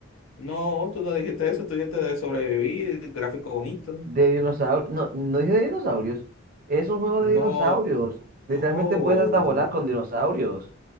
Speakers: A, on the left (about 75°); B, on the right (about 45°).
A: No, tú no dijiste eso, tú dijiste de sobrevivir, gráfico bonito.
B: De dinosaurios. No, no dije de dinosaurios. Es un juego
A: No,
B: de dinosaurios. Literalmente
A: oh,
B: puedes hasta volar con dinosaurios.